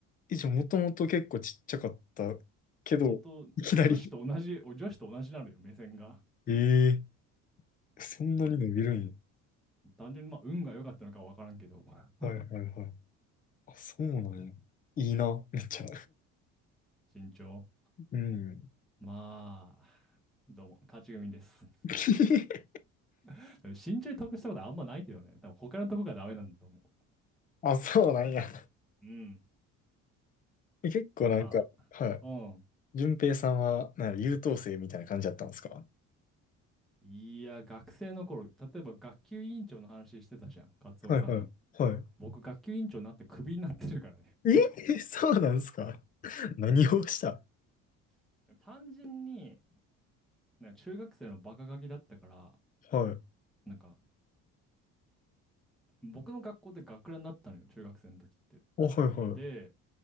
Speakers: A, on the left; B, in the centre.
A: え、じゃあもともと結構ちっちゃかったけど、
B: そう、本当女子と同じ、
A: いきなり。
B: 女子と同じなのよ、目線が。
A: <laughs> ええそんなに伸びるんや。
B: まあ、単純にまあ、運が良かったのかは分からんけど、
A: はいはいはい。
B: <laughs>
A: あ、そうなんや。いいな、めっちゃ。
B: 身長。
A: うん。
B: まあ、どうも、勝ち組です。
A: <laughs>
B: <laughs> でも身長に得したことあんまないけどね。多分他のとこがダメなんだと思
A: あ、そうなんや。
B: う。うん。
A: 結構なんか、
B: やっぱ、
A: はい。
B: うん。
A: 順平さんは、なんか優等生みたいな感じだったんですか
B: いや、学生の頃、例えば学級委員長の話してたじゃん、カツオさん。
A: はいはい。は
B: 僕、学級委員長になってクビになってるからね。
A: い。え <laughs> そうなんですか何をした
B: <laughs> 単純に、なんか中学生のバカガキだったから、
A: はい。
B: なんか、僕の学校で学ランだったのよ、中学生の時って。
A: お、はいはい。
B: で、